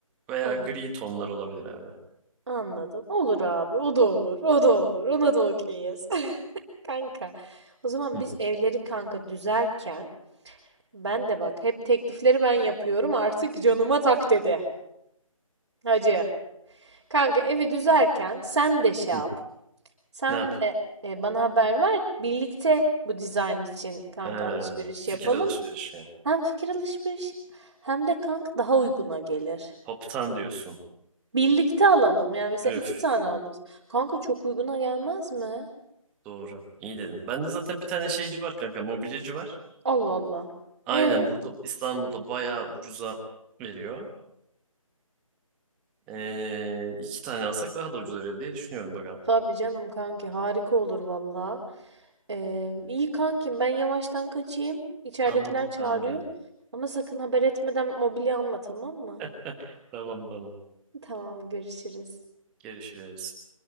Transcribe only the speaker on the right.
Hı,
anladım. Olur abi, o da olur, o da olur. Ona da okeyiz. <laughs> Kanka, o zaman
biz evleri kanka düzerken ben de bak hep teklifleri ben yapıyorum artık canıma tak dedi. Hacı. Kanka evi düzerken sen de şey
yap. Sen
de e, bana haber ver. Birlikte bu dizayn için kanka
alışveriş
yapalım.
Hem fikir alışveriş hem de kanka daha uyguna gelir.
Birlikte alalım. Yani mesela
iki tane alırız. Kanka çok uyguna gelmez mi?
Allah Allah.
E
Tabii canım kanki harika olur valla. Ee, iyi kankim ben yavaştan kaçayım. İçeridekiler
çağırıyor.
Ama sakın haber etmeden mobilya alma tamam mı?
Tamam görüşürüz.